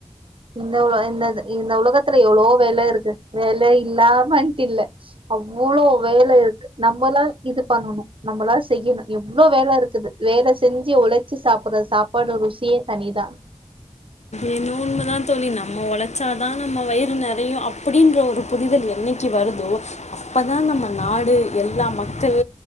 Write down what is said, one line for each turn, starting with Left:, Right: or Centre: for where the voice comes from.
Right: இந்த உல இந்த இந்த உலகத்துல எவ்ளோ வேல இருக்கு வேல இல்லாமன்ட்டு இல்லே அவ்ளோ வேல இருக்கு நம்மல்லா இது பண்ணனும் நம்மளா செய்யுணு எவ்வளோ வேல இருக்கு வேல செஞ்சு ஒழைச்சு சாப்பிடுற சாப்பாடு ருசியே தனிதா
Left: ஏனோ உண்ம தா தோழி நம்ம ஒழச்சா தான் நம்ம வயிறு நெறையும் அப்பிடின்ற ஒரு புரிதல் என்னைக்கு வருதோ அப்பதா நம்ப நாடு எல்லா மக்கள்